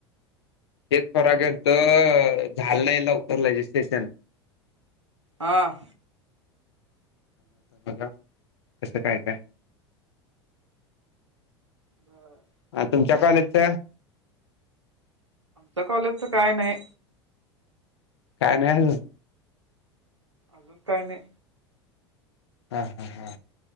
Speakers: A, on the left (about 65°); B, on the right (about 85°).
A: एक <unintelligible> तर झालं नाही लवकर रजिस्ट्रेशन
B: हां.
A: आता बघा कसं काय काय?
B: बरं
A: हा तुमच्या कॉलेजचं.
B: तर कॉलेजचं काय नाही
A: काय नाही अजून
B: अजून काही नाही
A: हा हा हा